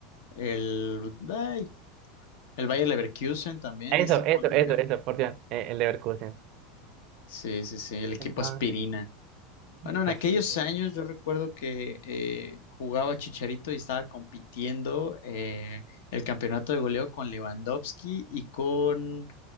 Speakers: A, on the left; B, on the right.
A: el, ay, el Bayer Leverkusen también
B: Eso,
A: está
B: eso,
A: jugando muy
B: eso,
A: bien.
B: eso, por Dios, eh, el Leverkusen.
A: Sí, sí, sí, el equipo
B: Entonces,
A: aspirina. Bueno, en
B: así.
A: aquellos años yo recuerdo que eh, jugaba Chicharito y estaba compitiendo eh, el campeonato de goleo con Lewandowski y con